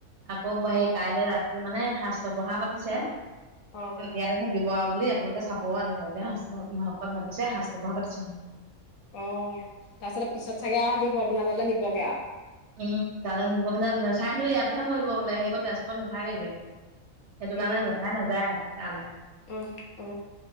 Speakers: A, on the right; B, on the left.
A: আকৌ
B: অ
A: হে কাইলে ৰাতি মানে শাস্ত্ৰ পঢ়া পাতিছে
B: অ
A: ইয়াতে থাকিব বোৱা বুলি আপোনালোকে চাব এনেকে চাব মাতিছে সাচটো ব পাতিছে
B: অ তাপিছতে পিছত চাগে আও হেতি ঘৰ বনাই ললে নিবগে আউ
A: উম তালে নিব জেঠাই হেনো ইয়াতেহে মৰিব বোলে সেই তেজপুৰত নাথাকেগে সেইটো কাৰণে
B: অ
A: জেঠাই নাযায় তালে
B: অ অ